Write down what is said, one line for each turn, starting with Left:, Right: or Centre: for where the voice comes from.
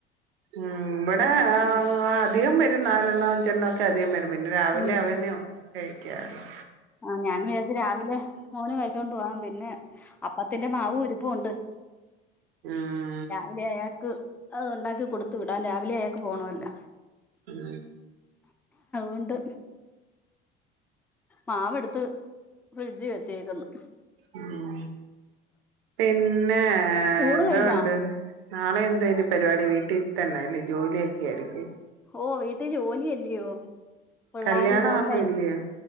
Right: ഉം ഇവിടെ
Centre: ഉം
Right: അധികം വരും നാലെണ്ണോ അഞ്ചെണ്ണോ ക്കെ അധികം വരും പിന്നെ രാവിലെ
Centre: ഉം
Right: അവനോ കഴിക്കാറുള്ളൂ
Centre: ആഹ് ഞാൻ വിചാരിച്ച് രാവിലെ മോനു കഴിച്ചോണ്ട് പോവാം പിന്നെ അപ്പത്തിന്റെ മാവും ഇരിപ്പോണ്ട് <inaudible>
Right: ആഹ്
Centre: രാവിലെ അയാൾക്ക് അത് ഉണ്ടാക്കി കൊടുത്തു വിടാം രാവിലെ അയാൾക്ക് പോണവല്ലോ
Right: ഉം
Centre: ഒണ്ട് മാവെട്ത്ത് ഫ്രിഡ്ജി വെച്ചേക്ക്ന്ന്
Right: ഉം പിന്നെ
Centre: ഊണ്
Right: എന്തോ
Centre: കഴിഞ്ഞോ
Right: ഒണ്ട് നാളെ എന്തുവാ ഇനി പരിപാടി വീട്ടി തന്നാ അല്ലേ ജോലിയൊക്കെയായിരിക്കും
Centre: ഓഹ് വീട്ടി ജോലിയല്ലിയോ പിള്ളാര്
Right: കല്യാണം
Centre: പോട്ടെ
Right: ഒന്നും ഇല്ലയോ